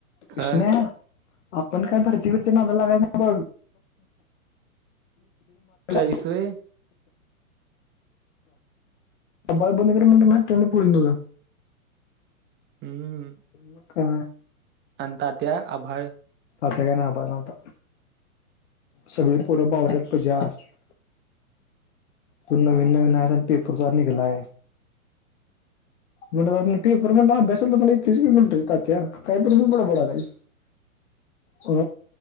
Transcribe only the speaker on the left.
इषण्या
आपण काय भरती भिरतीच्या नादाला लागायच नाही बघ.
<unintelligible> अळ बंद कर म्हणत ना तों पुढल तुझं
ह का?
आता काय नाही आभाळ नव्हतं. सगळी पोरं <unintelligible> तू नवीन नवीन आहे आणि पेपरद्वार निघला आहे. मला पेपर मधला अभ्यासातलं की येतयच की तात्या काय पण बडबडायला आहे. हो